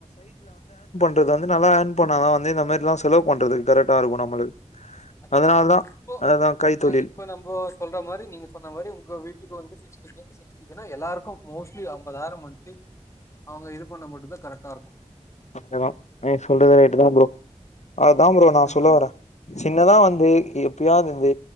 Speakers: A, on the left; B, on the left.
A: இதுக்கு வந்து நல்ல ஆன் பண்ணா வந்து இந்த மாரிலாம் செலவு பண்றது கரெக்டா இருக்கு நம்மளுக்கு
B: அதா
A: அதனால தா
B: இப்போ
A: அதுதா கைத்தொழில்
B: ஆஹ் இப்போ நம்ம சொல்ற மாதிரி நீங்க சொன்ன மாதிரி உங்க வீட்டுக்கு <inaudible> வந்துஎல்லாருக்கும் மோஸ்ட்லி ஐம்பந்தயிரம் மந்த்லி அவங்க இது பண்ண மட்டும் தா கரெக்டா இருக்கும்
A: நா சொல்றது ரைட்டு தா ப்ரோ அததா பு்ரோ நா சொல்ல
B: ஆமா
A: வறேன் சின்னதா வந்து எப்படியாவது து